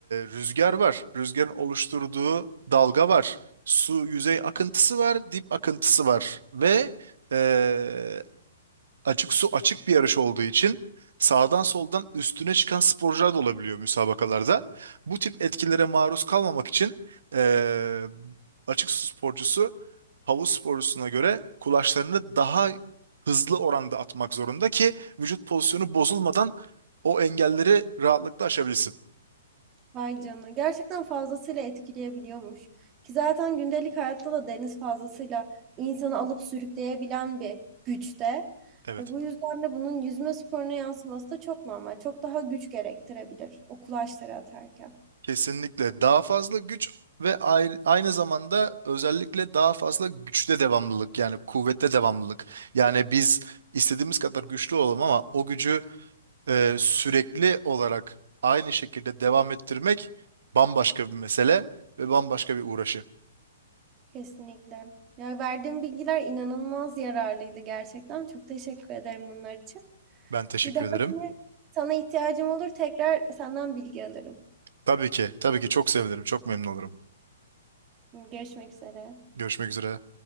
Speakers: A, on the right (about 60°); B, on the right (about 25°).
A: rüzgar var. Rüzgarın oluşturduğu dalga var. Su yüzey akıntısı var, dip akıntısı var ve e, açık su açık bir yarış olduğu için sağdan soldan üstüne çıkan sporcular da olabiliyor müsabakalarda. Bu tip etkilere maruz kalmamak için eee, açık su sporcusu havuz sporcusuna göre kulaçlarını daha hızlı oranda atmak zorunda ki vücut pozisyonu bozulmadan o engelleri rahatlıkla aşabilsin.
B: Vay canına. Gerçekten fazlasıyla etkileyebiliyormuş. Ki zaten gündelik hayatta da deniz fazlasıyla insanı alıp sürükleyebilen bir güçte.
A: Evet.
B: Ve bu yüzden de bunun yüzme sporuna yansıması da çok normal. Çok daha güç gerektirebilir o kulaçları atarken.
A: Kesinlikle daha fazla güç ve ay- aynı zamanda özellikle daha fazla güçte devamlılık yani kuvvette devamlılık. Yani biz istediğimiz kadar güçlü olalım ama o gücü e, sürekli olarak aynı şekilde devam ettirmek bambaşka bir mesele ve bambaşka bir uğraşı.
B: Kesinlikle. Ya verdiğim bilgiler inanılmaz yararlıydı gerçekten. Çok teşekkür ederim bunlar için.
A: Ben teşekkür
B: Bir dahakine
A: ederim.
B: sana ihtiyacım olur tekrar senden bilgi alırım.
A: Tabii ki, tabii ki çok sevinirim, çok memnun olurum.
B: Görüşmek üzere.
A: Görüşmek üzere.